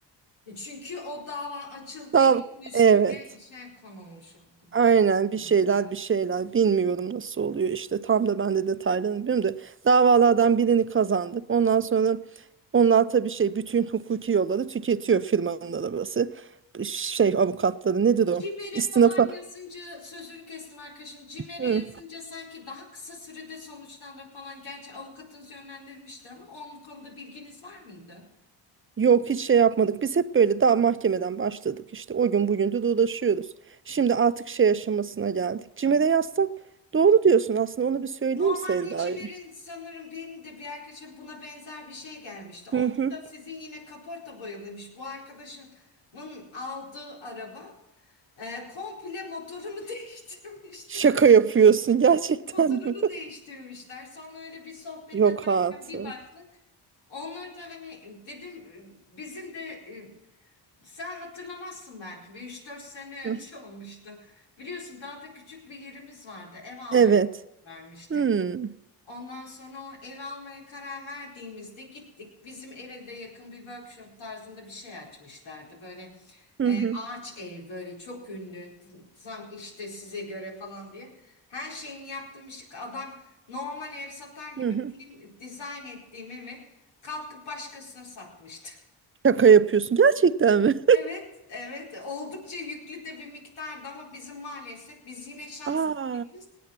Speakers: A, on the left; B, on the right.
A: E, çünkü o dava açıldığı
B: Dava
A: için üstüne
B: Evet.
A: şey konulmuş oldu.
B: Aynen bir şeyler
A: Ya.
B: bir şeyler bilmiyorum nasıl oluyor işte tam da ben de detaylarını bilmiyorum da davalardan birini kazandık. Ondan sonra onlar tabii şey bütün hukuki yolları tüketiyor firmanın arabası. Şey avukatları nedir o?
A: Cimer'e
B: İstinafa.
A: falan yazınca sözünü kestim arkadaşım. Cimer'e
B: Hı.
A: yazınca sanki daha kısa sürede sonuçlanır falan. Gerçi avukatınız yönlendirmişti ama onun konuda bilginiz var mıydı?
B: Yok hiç şey yapmadık. Biz hep böyle daha mahkemeden başladık işte. O gün bugündür uğraşıyoruz. Şimdi artık şey aşamasına geldik. Cimer'e yazsak doğru diyorsun aslında onu bir söyleyeyim
A: Normalde
B: Selda'ya.
A: Cimer'in sanırım benim de bir arkadaşım buna benzer bir şey gelmişti. Onda
B: Hı hı.
A: da sizin yine kaporta boyalıymış. Bu arkadaşımın aldığı araba e, komple motorunu <laughs> değiştirmişler.
B: Şaka yapıyorsun gerçekten.
A: Motorunu
B: <laughs>
A: değiştirmişler. Sonra öyle bir sohbet
B: Yok
A: ederken
B: artık.
A: bir baktık. Onları da hani e, dedim e, bizim de e, sen hatırlamazsın belki bir üç dört sene
B: Hı.
A: <laughs> önce olmuştu. Biliyorsun daha da küçük bir yerimiz vardı ev almaya
B: Evet.
A: karar vermiştik.
B: Hmm.
A: Ondan sonra o ev almaya karar verdiğimizde gittik. Bizim eve de yakın bir workshop tarzında bir şey açmışlardı. Böyle
B: Hı
A: e,
B: hı.
A: ağaç ev böyle çok ünlü tam işte size göre falan diye. Her şeyini yaptığım işi adam normal ev satar gibi
B: Hı hı.
A: benim dizayn ettiğim evi kalkıp başkasına satmıştı. <laughs>
B: Şaka yapıyorsun. Gerçekten mi?
A: Evet, evet. Oldukça yüklü de bir miktardı ama bizim maalesef biz yine şanslıyız.
B: <laughs> Aa,